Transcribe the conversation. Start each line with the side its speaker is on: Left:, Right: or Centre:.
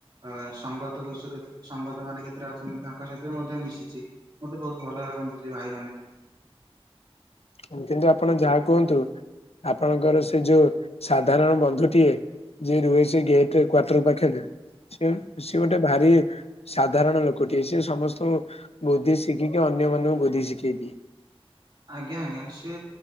Right: ଅ ସଙ୍ଗତ ଦୋଷ ସଙ୍ଗତ ମାନେ କେତେଟା ଅଛନ୍ତି ତାଙ୍କ ସହିତ ମଧ୍ୟ ମିଶିଛି। ମତେ ବହୁତ ଭଲ ଲାଗନ୍ତି ସେ ଭାଇ ମାନେ।
Left: କିନ୍ତୁ ଆପଣ ଯାହା କୁହନ୍ତୁ ଆପଣଙ୍କର ସେ ଯୋଉ ସାଧାରଣ ବନ୍ଧୁଟିଏ, ଯିଏ ରୁହେ ସେ ଗେଟରେ କ୍ଵାର୍ଟର ପାଖରେ, ସେ ସେ ଗୋଟେ ଟେ ଭାରି ସାଧାରଣ ଲୋକଟିଏ, ସେ ସମସ୍ତଙ୍କୁ ବୁଦ୍ଧି ଶିଖିକି ଅନ୍ୟମାନନଙ୍କୁ ବୁଦ୍ଧି ଶିଖେଇ ଦିଏ।
Right: ଆଜ୍ଞା ଆଜ୍ଞା, ସେ